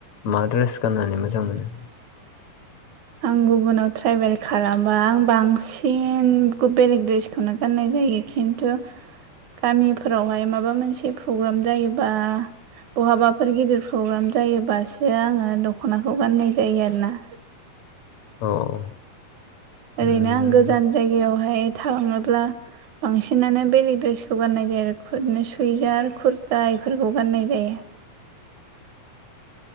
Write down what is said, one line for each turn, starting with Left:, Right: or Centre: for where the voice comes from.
Left: मा रेस गाननानै मोजां मोनो
Right: आं गुबुनाव ट्राइभेल खालामबा आं बांसिन बेलेग दड्रेसखौनो गाननाय जायो खिन्थु गामिफोरावहाय माबा मोनसे प्रग्राम जायोबा बहाबाफोर गिदिर प्रग्राम जायोबासो आङो दख'नाखौ गाननाय जायो आरोना
Left: औ औ
Right: ओरैनो
Left: उम
Right: आं गोजान जायगायावहाय थाङोब्ला बांसिनानो बेलेग दड्रेसखौ गाननाय जायो आरोनो सुइजार कुरता बेफोरखौ गाननाय जायो